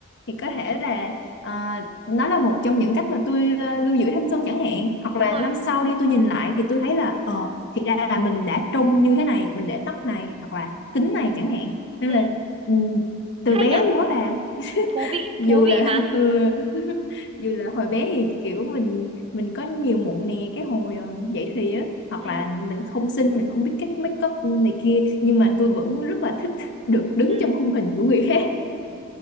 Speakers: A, on the left; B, on the right.
A: thì
B: ừ
A: có thể là ờ, nó là một trong những cách mà tôi ờ, lưu giữ thanh xuân chẳng hạn hoặc
B: đúng
A: là
B: rồi
A: năm sau đi tôi nhìn lại thì tôi thấy là ờ thì ra là mình đã trông như thế này mình để tóc này hoặc là kính này chẳng hạn nên
B: ừ
A: là ừ, từ
B: hay
A: bé
B: nhở
A: luôn á bà
B: thú vị
A: dù
B: thú vị
A: là
B: mà
A: <laughs> ừ, <laughs> dù là hồi bé thì kiểu mình mình có nhiều mụn nè cái hồi um, dậy thì á hoặc
B: ừ
A: là mình không xinh mình không biết cách make up này kia nhưng mà tôi vẫn rất là thích được đứng
B: ừ
A: trong khung hình của người khác